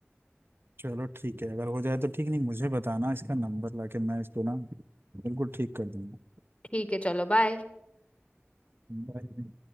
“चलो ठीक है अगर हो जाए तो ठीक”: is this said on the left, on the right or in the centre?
Right